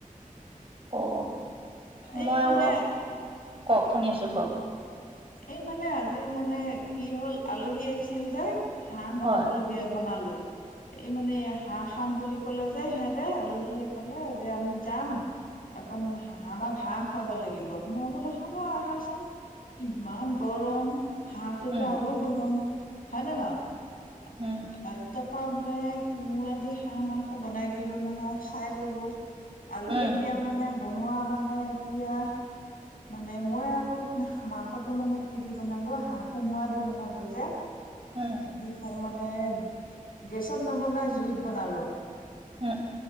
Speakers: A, on the right (about 40°); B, on the left (about 85°).
A: অ
B: এই
A: মই আ
B: মানে
A: কওক শুনি আছো কওক
B: এই মানে আজি মানে কি হ'ল আলহী আহিছিল যে হাঁহ বনাব
A: হয়
B: লগগীয়া বনালো এই মানে হাঁহ খাম বুলি ক'লে যে হেহতে আলহীয়ে কলে যে আমি যাম অকণ হ আমাক হাঁহ খুৱাব লাগিব মই বোলেো হ'ব আহাচোন ইমান গৰম হাঁহটোতো
A: উম
B: আৰু গৰম হয় নে নহয়
A: উম
B: অ তাৰাপা কোমোৰাদি হাঁহ মাংস বনাই দিলো নহয় খাই ললো আলহীক
A: উম
B: দিয়া মানে বনোৱা মানে এতিয়া মানে মই আকৌ মাংসটো মানে কি দি বনালো হাঁহ কোমোৰা দি বনালো যে
A: উম
B: সেই ক মানে গেছত নবনাই জুইত বনালো
A: উম